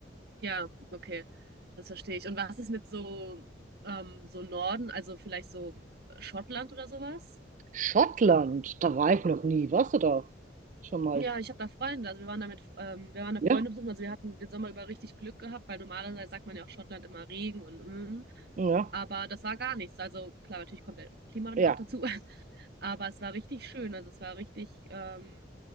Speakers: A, on the right (about 60°); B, on the right (about 45°).
A: Ja, okay, das verstehe ich. Und was ist mit so, ähm, so Norden, also vielleicht so Schottland oder sowas?
B: Schottland, da war ich noch nie. Warst du da? Schon mal.
A: Ja, ich habe da Freunde. Also wir waren da mit, ähm, wir waren da
B: Ja,
A: Freunde besuchen. Also wir hatten den Sommer über richtig Glück gehabt, weil normalerweise sagt man ja auch Schottland immer Regen und mm,
B: ja,
A: aber das war gar nichts. Also klar, natürlich kommt der Klimawandel
B: ja.
A: auch dazu, <laughs> aber es war richtig schön. Also es war richtig, ähm,